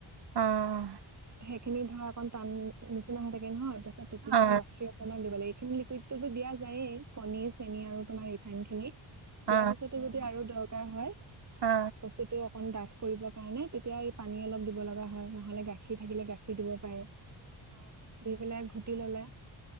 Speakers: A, on the right (about 60°); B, on the right (about 35°).
A: অ'।
B: খিনি ধৰা, অকন টান নিচিনা হৈ থাকে নহয়? তেতিয়া
A: অ
B: গাখীৰ অকনমান দিবলৈ <unintelligible> লিকুইডটো তো দিয়া যায়েই, কণী চেনি আৰু তোমাৰ ধানখিনি। দিয়াৰ
A: অ
B: পিছতো যদি আৰু দৰক হয়, হয়।
A: অ অ অ
B: বস্তুতটো কণ ডাঠ কৰিব কাৰণে <unintelligible> আৰু পানী অলপ দিব লগা হয়, নহ'লে গাখীৰ থাকিলে গাখীৰ দিব পাৰে। দি পেলাই ঘু <unintelligible> ল'লে